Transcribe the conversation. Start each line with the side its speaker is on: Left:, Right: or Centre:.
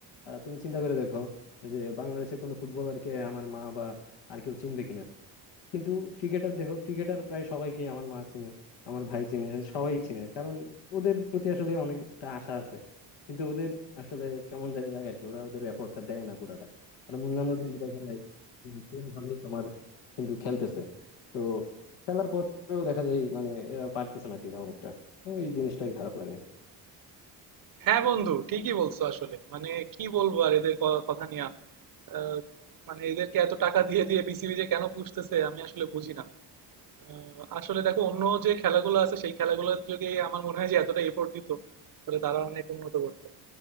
Left: আহ, তুমি চিন্তা করে দেখো যে বাংলাদেশের কোনো ফুটবলারকে আমার মা আর কেউ চিনবে কিনা কিন্তু ক্রিকেটার দেখো ক্রিকেটার প্রায় সবাইকে আমার মা চিনে আমার ভাই চিনে সবাই চিনে কারণ ওদের প্রতি আসলে অনেকটা আশা আছে কিন্তু ওদের আসলে কেমন জানি লাগে আর কি ওরা ওদের এফোর্টটা দেয় না পুরোটা কারণ অন্যান্য দেশ দেখা যায় সেম ভাবেই তোমার কিন্তু খেলতেছে তো খেলার পরেও দেখা যায় মানে এরা পারতেছে না কি এরা অনেকটা তো এই জিনিসটাই খারাপ লাগে
Right: হ্যাঁ বন্ধু ঠিকই বলছো আসলে মানে কি বলবো আর এদের ক- কথা নিয়ে আহ, মানে এদেরকে এত টাকা দিয়ে দিয়ে বিসিবি যে কেন পুষতেছে আমি আসলে বুঝি না আহ, আসলে দেখো অন্য যে খেলাগুলো আছে সেই খেলাগুলো যদি আমার মনে হয় যে এতটা এফোর্ট দিত তাহলে তারা অনেক উন্নত করতো